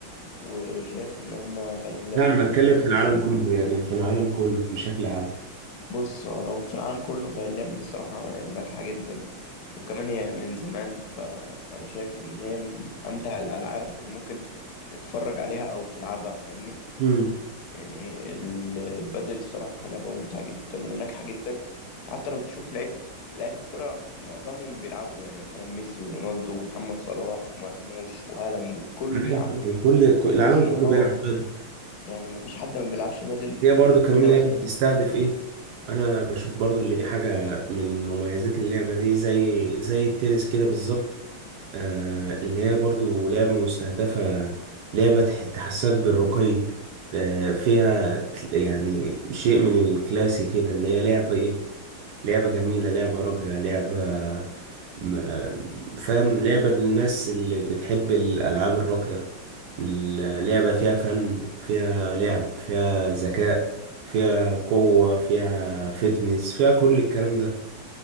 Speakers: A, on the left; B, on the right.
A: وشايف ان هم فعلا زي
B: لا
A: ما انت
B: أنا
A: بتقول
B: بتكلم
A: ان هي
B: في
A: تخش
B: العالم
A: ال-
B: كله يعني في العالم كله بشكل عام
A: بص هو لو في العالم كله فهي اللعبه دي الصراحه ناجحه جدا وكمان هي من زمان فانا شايف ان هي من امتع الالعاب اللي ممكن تتفرج عليها او تلعبها فاهمني
B: امم
A: يعني البدل الصراحه لعبه ممتعه جدا وناجحه جدا حتى لو تشوف لعيبه لعيبه الكره معظمهم بيلعبوا يعني مثلا ميسي ورونالدو ومحمد صلاح ومرموش وهالاند كله بيلعب
B: ايوه طبعا كل كل- العالم
A: بس
B: كله
A: إن- اه
B: بيلعب قدم
A: يعني ما فيش حد ما بيلعبش بدل
B: هي برضو كمان
A: الا
B: لعبة
A: مثلا
B: بتستهدف
A: مم.
B: إيه؟ أنا بشوف برضو اللي دي حاجة من مميزات اللعبة دي زي زي التنس كده بالظبط آه اللي هي برضو لعبة مستهدفة لعبة تح- تحسسك بالرقي آه فيها كل- يعني شيء من الكلاسي كده اللي هي لعبة ايه لعبة جميلة لعبة راقية لعبة م- فاهم لعبة للناس اللي بتحب الألعاب الراقية اللعبة فيها فن فيها لعب فيها ذكاء فيها قوة فيها فتنس فيها كل الكلام ده